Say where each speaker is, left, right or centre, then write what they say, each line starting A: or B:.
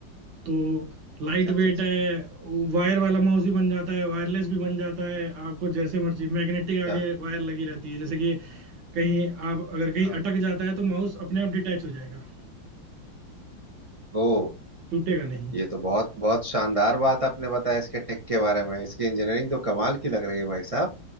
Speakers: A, on the right (about 80°); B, on the right (about 55°).
A: तो लाइट
B: अच्छा अच्छा
A: वेट
B: अच्छा
A: है वायर वाला माउस भी बन जाता है वायरलेस भी बन जाता है आपको जैसे मर्जी मैग्नेटिक आगे
B: अच्छा,
A: वायर लगी रहती है जैसे कि कहीं आप अगर कहीं
B: हाँ
A: अटक जाता है तो माउस अपने आप डिटैच हो जाएगा
B: ओ
A: टूटेगा नहीं
B: ये तो बहुत बहुत शानदार बात आपने बताया इसके टेक के बारे में इसकी इंजीनियरिंग तो कमाल की लग रही है भाई साहब